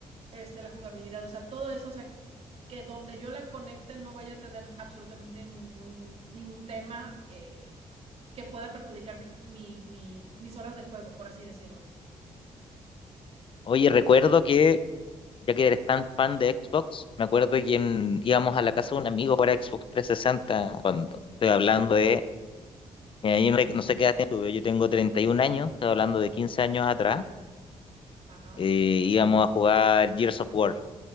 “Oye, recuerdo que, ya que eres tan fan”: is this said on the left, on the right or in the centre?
Left